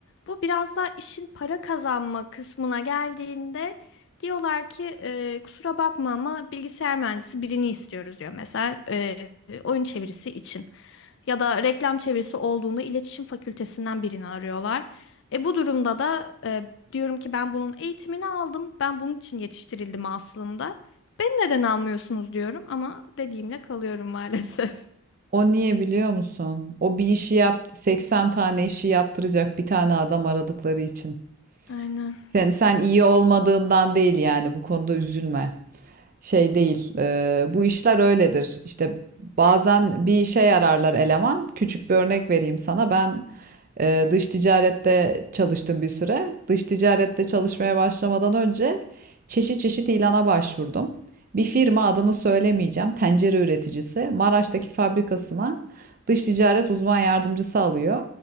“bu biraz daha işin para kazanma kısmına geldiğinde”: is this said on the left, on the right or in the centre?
Left